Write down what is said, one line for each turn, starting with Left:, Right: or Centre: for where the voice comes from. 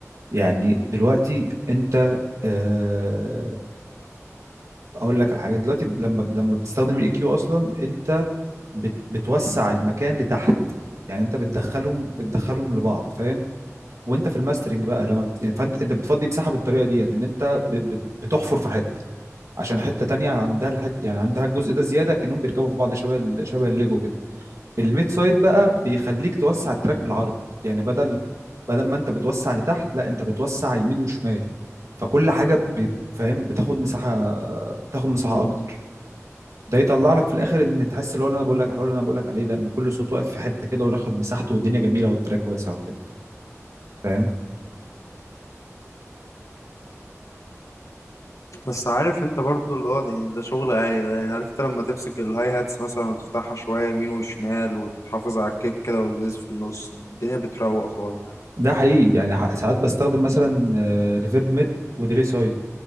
Right: يعني دلوقتي انت آه اقول لك على حاجه دلوقتي لما لما بتستخدم الاي كيو اصلا انت بت... بتوسع المكان لتحت يعني انت بتدخلهم بتدخلهم لبعض فاهم وانت في الماسترنج بقى لما بت... يعني فانت انت بتفضي مساحه بالطريقه ديت ان انت ب... بت- بتحفر في حته عشان حته تانية عندها الحته يعني عندها الجزء ده زياده كانهم بيركبوا في بعض شبه ال... شبه الليجو كده الميد سايد بقى بيخليك توسع التراك بالعرض يعني بدل بدل ما انت بتوسع لتحت لا انت بتوسع يمين وشمال فكل حاجه ب... فاهم بتاخد مساحه بتاخد مساحه
Left: مم.
Right: اكتر ده يطلع لك في الاخر ان تحس اللي هو اللي انا بقول لك الحوار اللي انا بقول لك عليه ده ان كل صوت واقف في حته كده وياخد مساحته والدنيا جميله والتراك واسع وكده فاهم
Left: بس عارف انت برضو اللي هو ده يعني ده شغل عالي ده يعني عارف انت لما تمسك الهاي هاتس مثلا وتفتحها شوية يمين وشمال وتحافظ على الكيك كده والبيز في النص الدنيا بتروق خالص
Right: ده حقيقي يعني ح- ساعات بستخدم مثلا ريفيرب ميد وديلي سايد